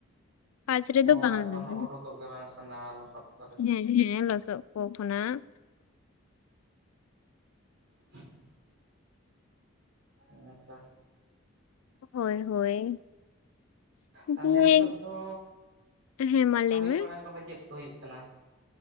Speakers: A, on the left; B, on the right.
A: ᱠᱟᱡᱽ ᱨᱮᱫᱚ
B: ᱚᱲᱟᱜ
A: ᱵᱟᱝ ᱞᱟᱜᱟᱜᱼᱟ᱾
B: ᱠᱷᱚᱱ ᱦᱚᱸ ᱩᱰᱩᱠᱚᱜ ᱜᱮ ᱵᱟᱝ ᱥᱟᱱᱟᱣᱟ ᱞᱚᱥᱚᱫ ᱠᱚᱨᱮ
A: ᱦᱮᱸ ᱦᱮᱸ ᱞᱟᱥᱚᱫ ᱠᱚ ᱠᱷᱚᱱᱟᱜ
B: <inaudible> ᱦᱮᱸ ᱛᱚ
A: ᱦᱳᱭ ᱦᱳᱭ
B: ᱛᱟᱦᱚᱞᱮ
A: ᱫᱤᱭᱮ
B: ᱱᱤᱛᱚᱜ ᱫᱚ
A: ᱦᱮᱸ ᱢᱟ
B: ᱠᱟᱹᱢᱤ
A: ᱞᱟᱹᱭ ᱢᱮ
B: ᱵᱟᱲᱟ ᱠᱚᱫᱚ ᱪᱮᱫ ᱠᱚ ᱦᱩᱭᱩᱜ ᱠᱟᱱᱟ